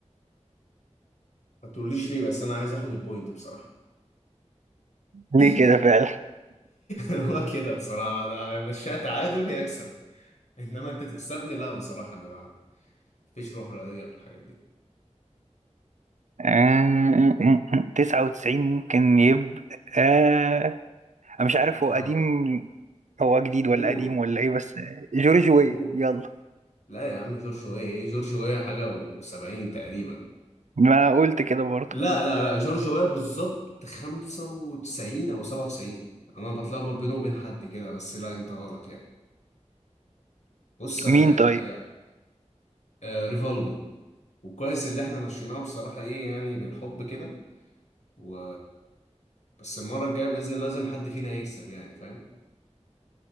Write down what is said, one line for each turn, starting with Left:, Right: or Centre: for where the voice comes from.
Left: ما تقوليش ليه بس انا عايز اخد البوينت بصراحة
Right: ليه
Left: <laughs>
Right: كده فعلا
Left: هو كده بصراحة انا مشيها تعادل يكسب انما انت تكسبني لا بصراحة انا ما فيش روح رياضية في الحاجات دي
Right: آه، تسعة وتسعين ممكن يبقى آه، أنا مش عارف
Left: انت
Right: هو
Left: لا
Right: قديم هو جديد ولا
Left: قول
Right: قديم ولا ايه بس جورج وي
Left: قول
Right: يلا
Left: لا يا عم جورج ويا ايه جورج ويا حاجة و70 تقريبا
Right: ما قلت كده برضه
Left: لا لا لا جورج ويا بالظبط 95 او 97 انا بتلخبط بينه وبين حد كده بس لا انت غلط يعني بص يا
Right: مين طيب
Left: يا آه، ريفالدو وكويس اللي احنا مشيناها بصراحة ايه يعني بالحب كده و بس المرة الجاية بإذن الله لازم حد فينا يكسب يعني فاهم